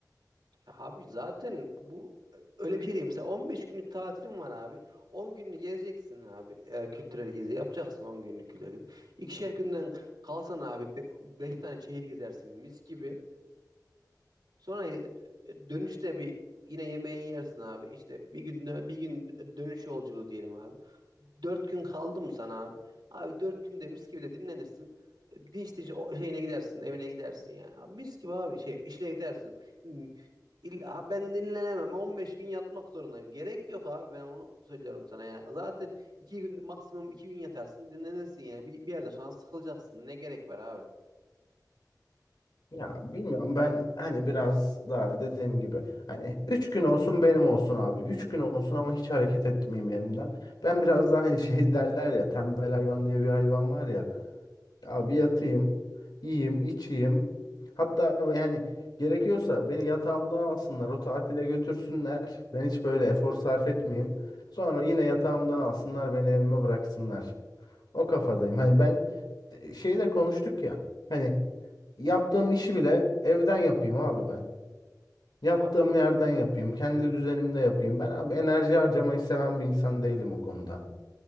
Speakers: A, on the right (about 85°); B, on the left (about 75°).
A: Ya Abi zaten bu öyle bir şey değil. Mesela 15 günlük tatilim var abi. 10 gününü gezeceksin abi. E, kültürel gezi yapacaksın 10 günlük kültürel gezi. İkişer günden kalsan abi be- 5 tane şehir gezersin mis gibi. Sonra e, e, dönüşte bir yine yemeğini yersin abi. İşte bir gün dö- bir gün dönüş yolculuğu diyelim abi. 4 gün kaldı mı sana abi? Abi 4 günde mis gibi de dinlenirsin. E, Dinç dinç o şeyine gidersin, evine gidersin ya. Abi mis gibi abi şey işine gidersin. İlla- ben dinlenemem. 15 gün yatmak zorundayım. Gerek yok abi. Ben onu söylüyorum sana yani. Zaten iki gün maksimum iki gün yatarsın dinlenirsin yani. Bir, bir yerden sonra sıkılacaksın. Ne gerek var abi?
B: Ya bilmiyorum ben hani biraz daha dediğim gibi hani 3 gün olsun benim olsun abi. üç gün olsun ama hiç hareket etmeyeyim yerimden. Ben biraz daha hani <laughs> şey derler ya tembel hayvan diye bir hayvan var ya. Abi yatayım, yiyeyim, içeyim. Hatta yani gerekiyorsa beni yatağımda alsınlar, o tatile götürsünler. Ben hiç böyle efor sarf etmeyeyim. Sonra yine yatağımdan alsınlar, beni evime bıraksınlar. O kafadayım. Hani ben e, şeyi de konuştuk ya. Hani yaptığım işi bile evden yapayım abi ben. Yattığım
A: Abi
B: yerden yapayım. Kendi düzenimde yapayım. Ben abi enerji harcamayı seven bir insan değilim o konuda.